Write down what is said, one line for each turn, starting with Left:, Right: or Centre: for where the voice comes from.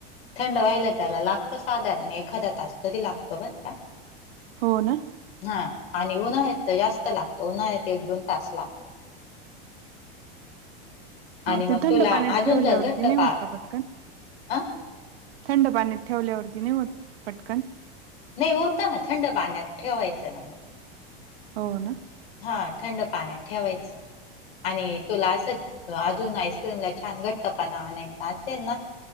Left: थंड व्हायला त्याला लागतं साधारण एखादा तास तरी लागतो बर का
Right: हो ना
Left: हा आणि उन्हाळत जास्त लागतो उन्हाळत एक दोन तास लागतो आणि
Right: ते
Left: मग
Right: थंड
Left: तुला
Right: पाण्यात
Left: अजून
Right: ठेवल्यावरती
Left: जर घट्ट
Right: नाही
Left: पा
Right: होत का
Left: अ?
Right: थंड पाण्यात ठेवल्यावरती नाही होत पटकन
Left: नाही होता ना थंड पाण्यात ठेवायचं ना मग
Right: हो ना
Left: हा थंड पाण्यात ठेवायचं आणि तुला असं अजून आईस्क्रीम ला छान घट्टपणा आणायचा असेल ना